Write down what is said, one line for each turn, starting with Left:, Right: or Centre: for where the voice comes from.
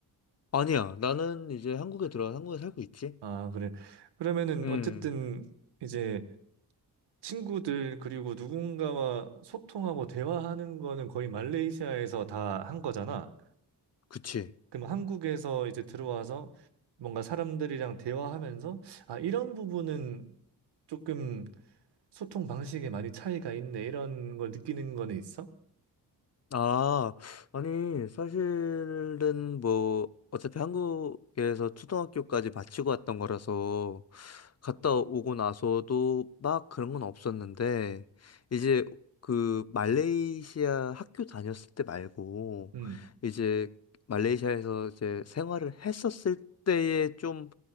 Left: 아니야. 나는 이제 한국에 들어와 한국에 살고 있지.
Right: 아, 그래. 그러면은
Left: 음,
Right: 어쨌든 이제 친구들 그리고 누군가와 소통하고 대화하는 거는 거의 말레이시아에서 다 한 거잖아.
Left: 그치.
Right: 그럼 한국에서 이제 들어와서 뭔가 사람들이랑 대화하면서 아, 이런 부분은 조금 소통 방식에 많이 차이가 있네. 이런 걸 느끼는 거는 있어?
Left: 아, 아니, 사실은 뭐, 어차피 한국에서 초등학교까지 마치고 왔던 거라서, 갔다 오고 나서도 막 그런 건 없었는데, 이제 그 말레이시아 학교 다녔을 때 말고,
Right: 음.
Left: 이제 말레이시아에서 이제 생활을 했었을 때에 좀